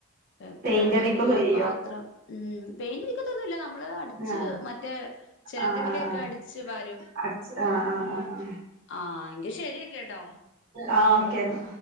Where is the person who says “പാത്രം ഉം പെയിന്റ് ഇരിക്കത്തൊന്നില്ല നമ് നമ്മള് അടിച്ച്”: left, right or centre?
Left